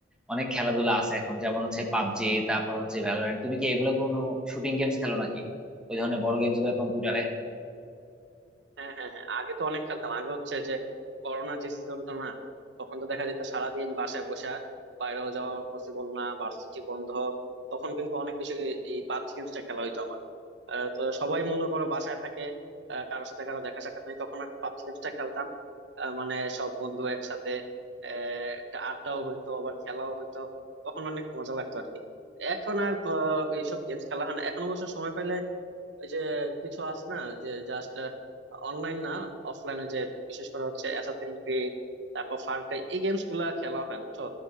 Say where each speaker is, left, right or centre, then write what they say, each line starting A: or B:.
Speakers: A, in the centre; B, on the right (about 80°).
A: অনেক খেলাধুলা আছে এখন যেমন হচ্ছে পাবজি তারপর হচ্ছে ভ্যালোরেন্ট তুমি কি এগুলো কোনো শুটিং গেমস খেলো নাকি ওই ধরনের বড় গেমস গুলো কম্পিউটারে
B: হ্যাঁ হ্যাঁ হ্যাঁ আগে তো অনেক খেলতাম আগে হচ্ছে যে করোনা যে সিজনটা না তখন তো দেখা যেত সারাদিন বাসায় বসা বাইরেও যাওয়া পসিবল না ভার্সিটি বন্ধ তখন কিন্তু অনেক বেশি এই পাবজি গেমসটা খেলা হইতো আমার আহ, তো সবাই মনে করো বাসায় থাকে আহ, কারোর সাথে কারো দেখা সাক্ষাৎ নেই তখন আর কি পাবজি গেমসটা খেলতাম আহ, মানে সব বন্ধু একসাথে আহ, একটা আড্ডাও হইতো আবার খেলাও হইতো তখন অনেক মজা লাগতো আর কি এখন আর আহ, এইসব গেমস খেলা হয় না এখন অবশ্য সময় পাইলে ওই যে কিছু আছে না যে জাস্ট অনলাইন না অফলাইনে যে বিশেষ করে হচ্ছে অ্যাসাসিন ক্রিড তারপর ফার ক্রাই এই গেমস গুলা খেলা হয় বুঝছো